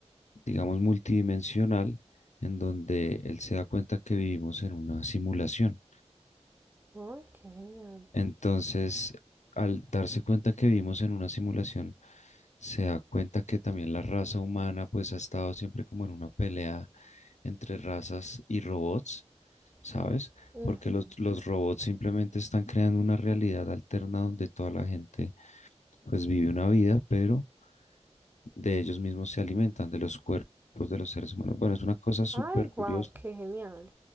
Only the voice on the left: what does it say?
digamos, multidimensional, en donde él se da cuenta que vivimos en una simulación.
Entonces, al darse cuenta que vivimos en una simulación, se da cuenta que también la raza humana pues ha estado siempre como en una pelea entre razas y robots, ¿sabes?
Porque los, los robots simplemente están creando una realidad alterna donde toda la gente pues vive una vida, pero de ellos mismos se alimentan, de los cuerpos de los seres humanos. Bueno, es una cosa súper
curiosa